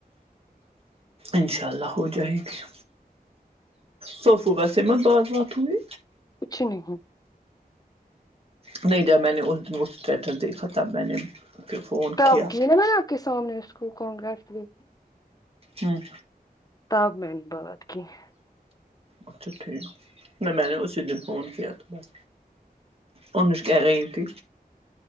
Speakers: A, on the right; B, on the left.
A: انشاء اللہ ہو جائے گی صوفو بسے میں بعاز وات توی
B: کچھ نہیں <unintelligible>
A: نہیں جب میں نے اس دن کو اسٹیریٹس دیکھا تب میں نے پھر فون
B: تب
A: کیا
B: گ نا میں آ کے سامنے اسکول کون گھر سے
A: ہاں <unintelligible>
B: تگ م میں نے بعد کینہ <unintelligible>
A: اچھا ٹھیک ن میں نے نے اس دن فون کیا تو بس انن اس کہہ رہی تھی